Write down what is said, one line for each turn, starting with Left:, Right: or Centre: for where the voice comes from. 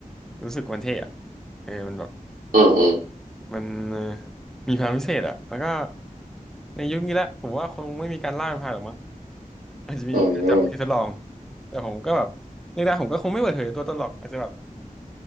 Centre: รู้สึกมันเท่อะเออมันแบบ
Right: อืมอืม
Centre: มันเอ่อมีพลังพิเศษอะแล้วก็ในยุคนี้แหละผมว่าคงไม่มีการล่าเป็นพรายหรอกมั้งอาจจะมีการจับไปทดลอง
Right: อืมอืม
Centre: แต่ผมก็แบบในด้านผมก็คงไม่เปิดเผยตัวตนหรอกอาจจะแบบ